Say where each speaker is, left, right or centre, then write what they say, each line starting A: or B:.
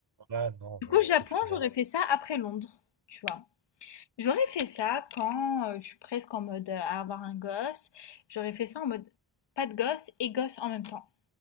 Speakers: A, on the right; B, on the left.
A: Ouais, non,
B: Du
A: on
B: coup,
A: va
B: Japon,
A: essayer de changer.
B: j'aurais fait ça après Londres, tu vois? J'aurais fait ça quand euh, je suis presque en mode euh, à avoir un gosse. J'aurais fait ça en mode pas de gosse et gosse en même temps.